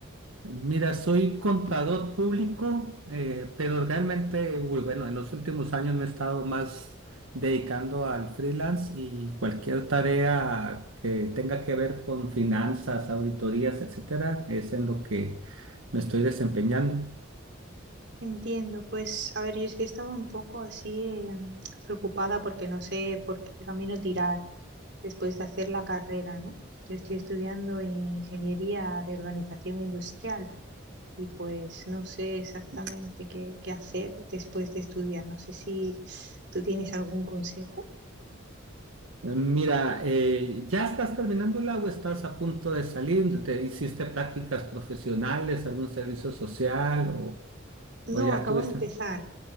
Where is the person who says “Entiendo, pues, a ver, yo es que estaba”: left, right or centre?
Right